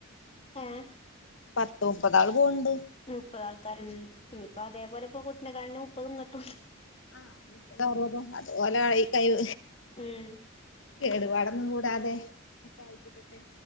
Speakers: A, on the left; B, on the left.
A: ഏഹ്
B: പത്ത് മുപ്പതാള് പോവ്ണ്ട്
A: മുപ്പത് ആൾക്കാര് ഇനിയിപ്പ അതേപോലെ ഇപ്പ കുട്ടിനെ ക്കാണാ മുപ്പത്ങ്ങട്ടും
B: ആഹ്തോ അതുപോലെ ഈ കഴ്
A: ഉം
B: കേടുപാടൊന്നും കൂ ടാതെ അതെ ഒക്കെ കയിഞ്ഞിട്ടട്ടെ